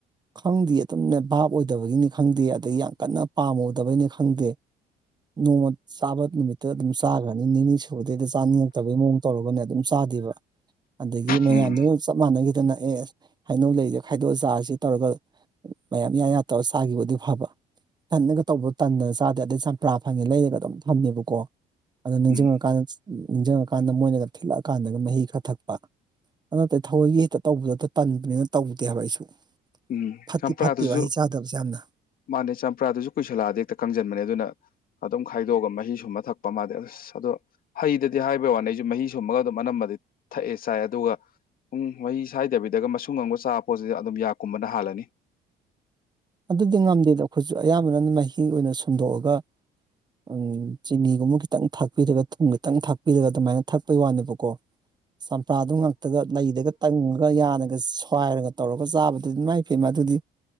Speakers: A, on the right; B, on the left.
A: ꯈꯪꯗꯤꯌꯦ ꯑꯗꯨꯝꯅꯦ ꯚꯥꯞ ꯑꯣꯏꯗꯕꯒꯤꯅꯤ ꯈꯪꯗꯦ ꯑꯗꯒꯤ ꯌꯥꯝ ꯀꯟꯅ ꯄꯥꯝꯃꯨꯗꯕꯩꯅꯤ ꯈꯪꯗꯦ ꯅꯣꯡꯃ ꯆꯥꯕ ꯅꯨꯃꯤꯠꯇ ꯑꯗꯨꯝ ꯆꯥꯒ꯭ꯔꯅꯤ ꯅꯤꯅꯤ ꯁꯨꯕꯗꯩꯗꯤ ꯆꯥꯅꯤꯡꯇꯕꯒꯤ ꯃꯑꯣꯡ ꯇꯧꯔꯒꯅꯦ ꯑꯗꯨꯝ ꯆꯥꯗꯦꯕ ꯑꯗꯒꯤ ꯃꯌꯥꯝꯃꯨꯛ
B: ꯎꯝ
A: ꯆꯞ ꯃꯥꯟꯅꯒꯤꯗꯅ ꯑꯦꯁ ꯍꯥꯏꯅꯧ ꯂꯩꯖꯦ ꯈꯥꯏꯗꯣꯛꯑ ꯆꯥꯖꯤ ꯇꯧꯔꯒ ꯃꯌꯥꯝ ꯌꯥ ꯌꯥ ꯇꯧꯔ ꯆꯥꯒꯤꯕ ꯑꯣꯏꯗꯤ ꯐꯕ ꯏꯊꯟꯗꯒ ꯇꯧꯕ ꯇꯟꯗꯅ ꯆꯥꯗꯦ ꯑꯗꯩ ꯆꯝꯄ꯭ꯔꯥ ꯐꯪꯉꯦ ꯂꯩꯔꯒ ꯑꯗꯨꯝ ꯊꯝꯃꯦꯕꯀꯣ ꯑꯗꯨ ꯅꯤꯡꯖꯤꯡꯉꯀꯥꯟ
B: ꯎꯝ
A: ꯅꯤꯡꯖꯪꯉꯛ ꯀꯥꯟꯗ ꯃꯣꯏꯅꯒ ꯊꯤꯠꯂꯛꯑ ꯀꯥꯟꯗꯒ ꯃꯍꯤ ꯈꯔ ꯊꯛꯄ ꯑꯗꯨ ꯅꯠꯇꯗꯤ ꯊꯑꯣꯏꯒꯤ ꯍꯦꯛꯇ ꯇꯧꯕꯗꯛꯇ ꯇꯟꯕꯅꯤꯅ ꯇꯧꯗꯦ ꯍꯥꯏꯕ ꯑꯩꯁꯨ
B: ꯎꯝ
A: ꯐꯠꯇꯤ
B: ꯆꯝꯄ꯭ꯔꯥꯗꯨꯁꯨ
A: ꯐꯠꯇꯦꯕ ꯍꯩ ꯆꯥꯗꯕꯖꯦ ꯌꯥꯝꯅ
B: ꯃꯥꯅꯦ ꯆꯝꯄ꯭ꯔꯥꯗꯨꯖꯨ ꯀꯨꯏꯁꯜꯂꯛꯑꯗꯤ ꯍꯦꯛꯇ ꯀꯪꯖꯟꯕꯅꯦ ꯑꯗꯨꯅ ꯑꯗꯨꯝ ꯈꯥꯏꯗꯣꯛꯑꯒ ꯃꯍꯤꯁꯨꯝꯃ ꯊꯛꯄ ꯃꯥꯗꯤ ꯑꯁ ꯑꯗꯣ ꯍꯩꯗꯗꯤ ꯍꯥꯏꯕꯩ ꯋꯥꯅꯤ ꯑꯩꯖꯨ ꯃꯍꯤ ꯁꯨꯝꯃꯒ ꯑꯗꯨꯝ ꯑꯅꯝꯕꯗꯤ ꯊꯛꯑꯦ ꯆꯥꯏ ꯑꯗꯨꯒ ꯎꯝ ꯃꯍꯤ ꯁꯥꯏꯗꯕꯤꯗꯒ ꯃꯁꯨꯡ ꯑꯃꯒ ꯆꯥꯕ ꯄꯣꯠꯁꯤꯗ ꯑꯗꯨꯝ ꯌꯥꯛꯀꯨꯝꯕꯅ ꯍꯥꯜꯂꯅꯤ
A: ꯑꯗꯨꯗꯤ ꯉꯝꯗꯦꯗ ꯑꯩꯈꯣꯏꯖꯨ ꯑꯌꯥꯝꯕꯅ ꯃꯍꯤ ꯑꯣꯏꯅ ꯁꯨꯝꯗꯣꯛꯑꯒ ꯎꯝ ꯆꯤꯅꯤꯒꯨꯝꯕ ꯈꯤꯇꯪ ꯊꯥꯛꯄꯤꯔꯒ ꯊꯨꯝ ꯈꯤꯇꯪ ꯊꯥꯛꯄꯤꯔꯒ ꯑꯗꯨꯃꯥꯏꯅ ꯊꯛꯄꯩ ꯋꯥꯅꯦꯕꯀꯣ ꯆꯝꯄ꯭ꯔꯥꯗꯨ ꯉꯥꯛꯇꯒ ꯂꯩꯗꯒ ꯇꯪꯉꯒ ꯌꯥꯅꯒ ꯁ꯭ꯋꯥꯏꯔꯒ ꯇꯧꯔꯒ ꯆꯥꯕꯗꯨꯗꯤ ꯏꯃꯥꯏ ꯄꯦꯝꯃ ꯑꯗꯨꯗꯤ